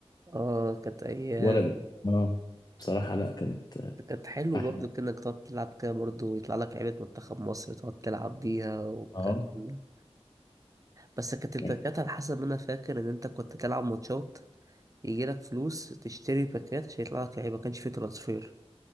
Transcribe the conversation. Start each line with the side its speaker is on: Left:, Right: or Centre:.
Right: اه كانت ايام
Left: ولا ب... اه بصراحه لا كانت آه،
Right: كانت حلو
Left: احلى
Right: برضو كأنك تقعد تلعب كده برضو يطلع لك لعيبة منتخب مصر تقعد تلعب بيها والكلام
Left: اه
Right: ده بس كانت الباكات
Left: يعني
Right: على حسب ما انا فاكر ان انت كنت تلعب ماتشات يجي لك فلوس تشتري باكات عشان يطلع لك لعيبة ما كانش فيه ترانسفير